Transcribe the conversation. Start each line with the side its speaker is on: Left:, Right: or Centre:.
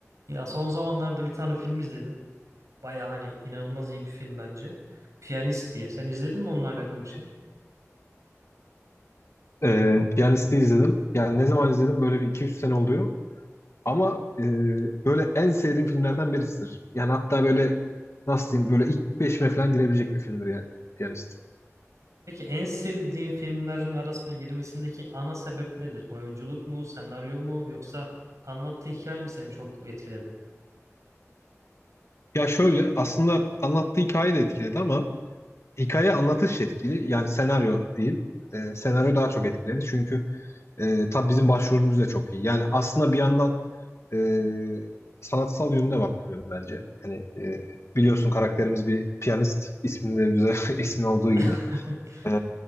Right: Ya son zamanlarda bir tane film izledim. Baya hani inanılmaz iyi bir film bence. Piyanist diye. Sen izledin mi onunla alakalı şey?
Left: E, Piyanist'i izledim. Yani ne zaman izledim böyle bir iki üç sene oluyor. Ama e, böyle en sevdiğim filmlerden birisidir. Yani hatta böyle nasıl diyeyim böyle ilk 5'ime falan girebilecek bir filmdir yani Piyanist.
Right: Peki en sevdiğin filmlerin arasında girmesindeki ana sebep nedir? Oyunculuk mu, senaryo mu yoksa anlattığı hikaye mi seni çok etkiledi?
Left: Ya şöyle aslında anlattığı hikaye de etkiledi ama hikaye anlatış etkili. Yani senaryo değil. E, senaryo daha çok etkiledi. Çünkü E, tabii bizim başvurumuz da çok iyi. Yani aslında bir yandan e, sanatsal yönüne bakıyorum bence. Hani e, biliyorsun karakterimiz bir piyanist isminde güzel <laughs> ismi olduğu gibi.
Right: <laughs>
Left: E,